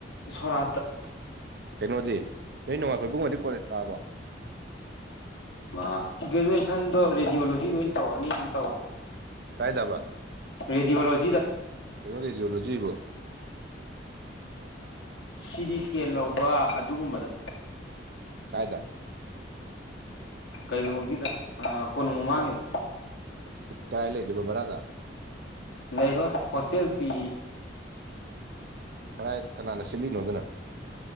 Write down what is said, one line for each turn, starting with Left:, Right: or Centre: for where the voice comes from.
Left: ꯁꯣꯔꯥꯠꯇ
Right: ꯀꯩꯅꯣꯗꯤ ꯅꯣꯏ ꯅꯣꯡꯃꯥꯏꯈꯣꯏ ꯄꯨꯡꯕꯗꯤ ꯀꯣꯂꯦꯖ ꯇꯥꯔꯕ
Left: ꯃꯥ ꯒ꯭ꯔꯦꯖꯨꯑꯦꯁꯟꯗꯣ ꯔꯦꯗꯤꯑꯣꯣꯂꯣꯖꯤꯗ ꯑꯣꯏꯅ ꯇꯧꯔꯅꯤ ꯇꯧ
Right: ꯀꯥꯏ ꯗꯥꯕ
Left: <unintelligible> ꯖꯤꯗ
Right: <unintelligible> ꯖꯤꯕ
Left: ꯁꯤꯗꯤ ꯏꯁꯀꯦꯟ ꯂꯧꯕ ꯑꯗꯨꯒꯨꯝꯕꯗ
Right: ꯀꯥꯏꯗ
Left: ꯀꯩꯅꯣꯒꯤꯗ ꯀꯣꯅꯨꯡ ꯃꯃꯥꯡꯒꯤꯗ
Right: ꯁꯤ ꯀꯥꯏ ꯂꯩꯗꯨꯕꯕꯔꯥꯗ
Left: ꯂꯩꯔꯣꯏ ꯍꯣꯁꯇꯦꯜ ꯄꯤ
Right: ꯀꯗꯥꯥꯏ ꯀꯅꯥꯅ ꯁꯤꯜꯂꯤꯅꯣ ꯑꯗꯨꯅ